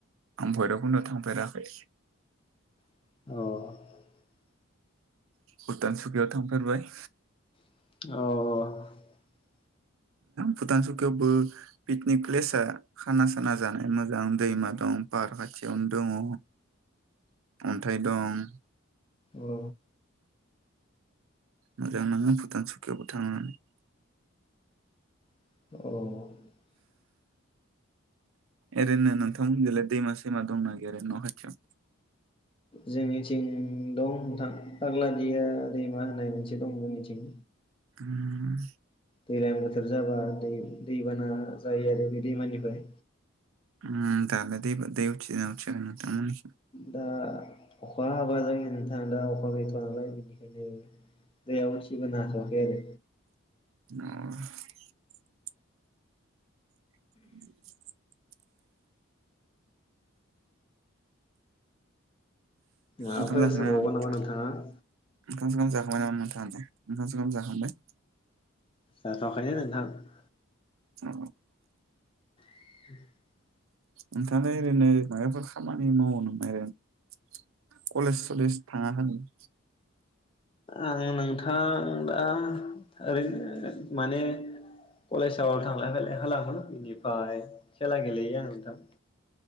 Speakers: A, on the right; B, on the left.
A: आं भैरुबखडवाव थांफेराखै
B: औ
A: भुटानसुकियाव थांफेरारबाय
B: औ
A: भुतान सौखियावबो पकनिक प्लेसा खाना साना जानाय मोजां दैमा दं पार खाथियावनो दंङ अन्थाइ दं
B: अ
A: मोजां नांगोन भुटान सुकियावबो थांनानै
B: औ
A: ओरैनो नोंथांमोनजोंलाय दैमा सैमा दंना गैया न खाथियाव
B: जोंनिथिं दं नोंथां आग्लादिया दैमा होननाय मोनसे दं जोंनिथिं
A: उम
B: दैज्लां बोथोर जाबा दै दैबाना जायो आरो बे दैमानिफ्राय
A: उम दानो दैबो दै उथिनािगोन नोंथां मोनथिं
B: दा अखा हाबा जायो नोंथा दा अखा गैथवा नालाय बेनिखायनो दैया उसिबोनो हाथवाथै एह
A: <unintelligible> <inaudible>
B: माबाफोर
A: ओंखाम जाखांबाय
B: सोंबावगोन
A: नामा नोंथां?
B: नोंथाङा हो
A: ओंखाम सोंखाम जाखांबाय नामा नोंथां? ओंखाम जाखांबाय ।
B: जाथ'आखायनो नोंथां ।
A: अ
B: <inaudible>
A: नोंथांआ ओरैनो माबाफोर खामानि मावा नामा एरैनो । कलेज सलेज थाङा होन <inaudible>
B: आं नोंथां आं दा ओरैनो माने कलेजाव थांलाय फैलाय खालामो इनिफाय खेला गेलेयो आं नोंथां ।